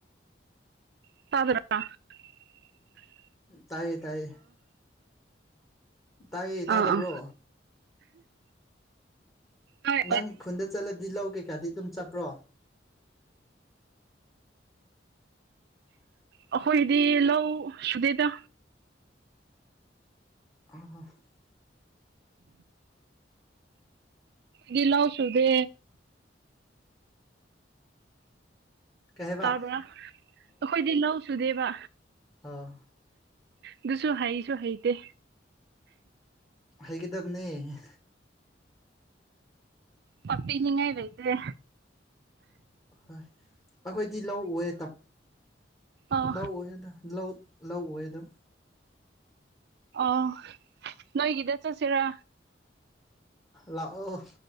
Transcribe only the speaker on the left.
ꯇꯥꯏꯌꯦ ꯇꯥꯏꯌꯦ ꯇꯥꯏꯌꯦ ꯇꯥꯗꯕ꯭ꯔꯣ
ꯅꯪ ꯈꯨꯟꯗ ꯆꯠꯂꯗꯤ ꯂꯧ ꯀꯩꯀꯥꯗꯤ ꯑꯗꯨꯝ ꯆꯠꯄ꯭ꯔꯣ
<unintelligible>
ꯀꯩ ꯍꯥꯏꯕ
ꯑꯥ
ꯍꯩꯒꯗꯕꯅꯦ
ꯍꯣꯏ ꯑꯩꯈꯣꯏꯗꯤ ꯂꯧ ꯎꯦ
ꯂꯧꯎꯦꯗ ꯂꯧ ꯂꯧꯋꯦ ꯑꯗꯨꯝ
ꯂꯥꯛꯑꯣ